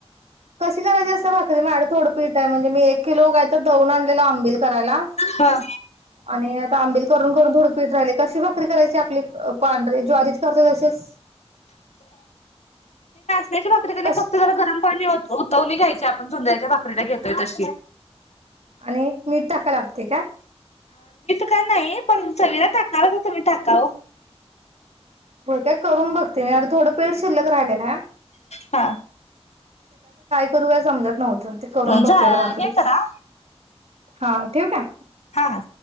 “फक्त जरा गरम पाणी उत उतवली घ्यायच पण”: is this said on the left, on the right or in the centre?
Left